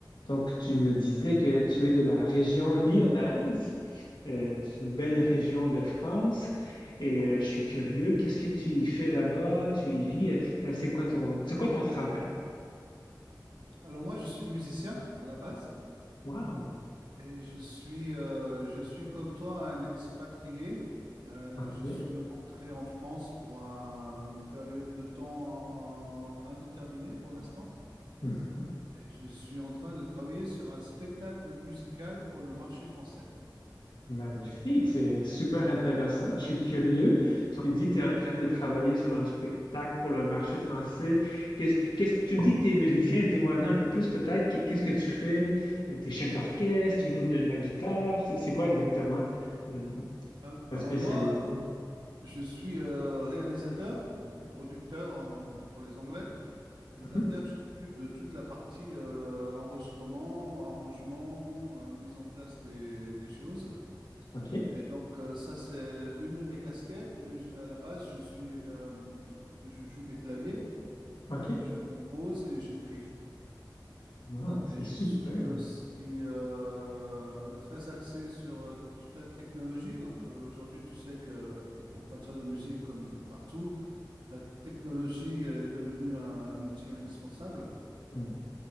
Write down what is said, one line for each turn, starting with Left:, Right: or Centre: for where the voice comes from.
Left: Donc, tu me disais que tu es de la région lyonnaise. Euh, c'est une belle région de France. Et euh, je suis curieux, qu'est-ce que tu y fais là-bas? Tu y vis? Euh, c'est quoi ton, c'est quoi ton travail?
Right: Alors moi, je suis musicien à la base
Left: Wow!
Right: et je suis, euh, je suis comme toi un expatrié. Euh,
Left: OK.
Right: je suis rentré en France pour un- une période de temps euh, indéterminée pour l'instant
Left: Mhm.
Right: et je suis en train de travailler sur un spectacle musical pour le marché français.
Left: Magnifique, c'est super intéressant. Je suis curieux. Tu te dis que tu es en train de travailler sur un spectacle pour le marché français. Qu'est-ce, qu'est-ce, tu me dis que tu es musicien, dis-moi un peu plus peut-être. Qu'est- Qu'est-ce que tu fais? Euh, T'es chef d'orchestre, tu joues de, de la guitare. C'est c'est quoi exactement euh,
Right: Al-
Left: ta
Right: Alors
Left: spécialité?
Right: moi, je suis euh, réalisateur, producteur euh, pour les Anglais. C'est-à-dire
Left: Mhm.
Right: que je m'occupe de toute la partie euh, enregistrement, arrangement, euh, mise en place des, des choses.
Left: OK,
Right: Et donc euh, ça, c'est une de mes casquettes, mais j- à la base, je suis, euh, je joue des claviers,
Left: OK.
Right: je compose et j'écris.
Left: Wow, c'est
Right: Et je
Left: super.
Right: suis aussi euh, très axé sur euh, toute la technologie. Donc euh, aujourd'hui, tu sais que en matière de musique, comme partout, la technologie est devenue un outil indispensable.
Left: Mm.